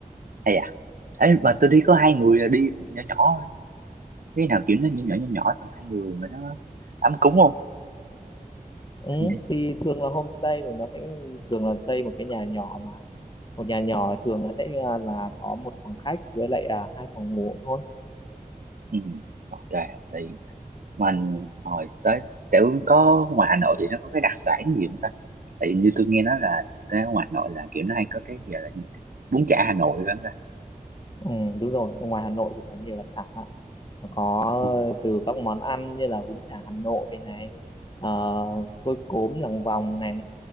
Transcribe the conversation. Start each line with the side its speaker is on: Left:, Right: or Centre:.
Right: hay à ấy mà tôi đi có hai người là đi nhỏ nhỏ thôi. cái nào kiểu nó nhỏ nhỏ nhỏ nhỏ tầm hai người mà nó ấm cúng không
Left: ừ,
Right: ừ.
Left: thì thường là homestay thì nó sẽ thường là xây một cái nhà nhỏ mà một nhà nhỏ thường là sẽ à, là có một phòng khách với lại à, hai phòng ngủ thôi
Right: ừ. ok thì mình hồi tới kiểu có ngoài Hà Nội thì nó có cái đặc sản gì không ta tại như tôi nghe nói là cái ngoài Hà Nội là kiểu nó hay có cái gì là gì? bún chả Hà Nội phải không ta
Left: ừ, đúng rồi ở ngoài Hà Nội thì có nhiều đặc sản lắm Nó có
Right: ừ.
Left: từ các món ăn như là bún chả Hà Nội này ờ, xôi cốm làng vòng này